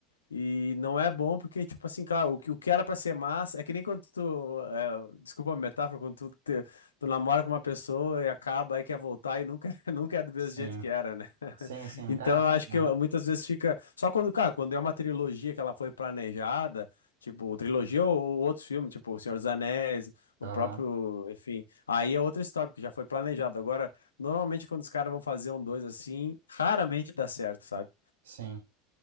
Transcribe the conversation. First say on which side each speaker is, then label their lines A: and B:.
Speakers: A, on the left; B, on the right.
A: E não é bom porque, tipo assim, cara, o que, o que era pra ser massa. É que nem quando tu. é, desculpa a metáfora, quando tu, te- tu namora com uma pessoa e acaba, aí quer voltar e nunca, <laughs> nunca é do mesmo
B: sim,
A: jeito que era, né?
B: sim,
A: <laughs>
B: sim.
A: Então
B: É,
A: eu acho que
B: aham,
A: muitas vezes fica. Só quando, cara, quando é uma trilogia que ela foi planejada, tipo, trilogia ou, ou outros filmes, tipo, O Senhor dos Anéis,
B: aham,
A: o próprio. Enfim. Aí é outra história, porque já foi planejado. Agora, normalmente quando os caras vão fazer um dois assim, raramente dá certo, sabe?
B: sim.